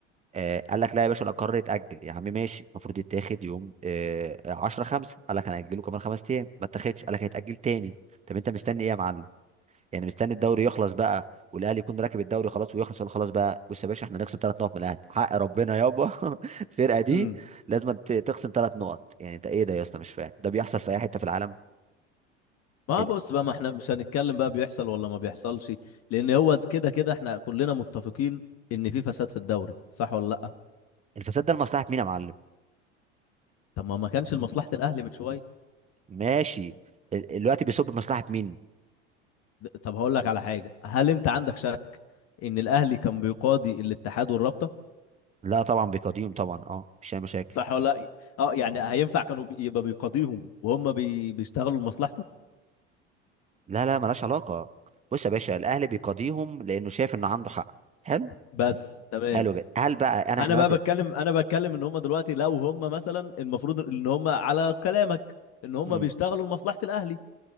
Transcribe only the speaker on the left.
امم
ما
بص بقى ما احنا مش هنتكلم بقى بيحصل ولا ما بيحصلش لان هو كده كده احنا كلنا متفقين ان في فساد في الدوري صح ولا لا
طب ما ما كانش لمصلحة الاهلي من شوية
طب هقول لك على حاجة هل انت عندك شك ان الاهلي كان بيقاضي الاتحاد والرابطة
صح ولا لأ؟ اه يعني هينفع كانوا بي- يبقى بيقاضيهم وهم بي... بيشتغلوا لمصلحته
بس تمام
انا
بقى
بتكلم انا بتكلم ان هم دلوقتي لو هم مثلا المفروض ان هم على كلامك ان هم
بيشتغلوا لمصلحة الاهلي